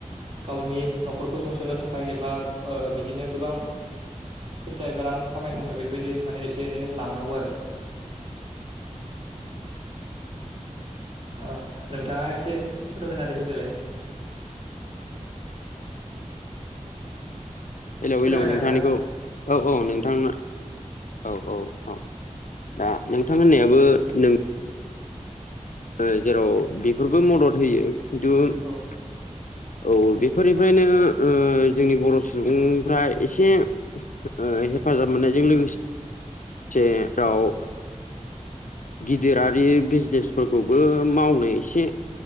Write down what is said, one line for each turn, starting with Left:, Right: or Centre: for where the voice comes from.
Right: गावनि न'खरखौ सुंस'नो थाख खाय एबा बिदिनो गोबां फैसा एबा रां खामायनो थाखाय बेबायदि माने एसे एनै लांनांगौ आरो ओ नोंथाङा एसे फोरमायनानै होदोलाय
Left: हेलौ हेलौ
Right: खोनाबायना
Left: नोंथांनिखौ
Right: नोंथां
Left: औ औ नोंथां औ औ औ दा नोंथां होननायाबो नों ओ जेराव बेफोरबो मदद होयो खिन्तु
Right: औ
Left: <inaudible> औ बेफोरनिफ्रायनो जोंनि बर' सुबुंफ्रा एसे ओ हेफाजाब मोननायजों लोगोसे आव गिदिरारि बिजनेसफोरखौबो मावनो एसे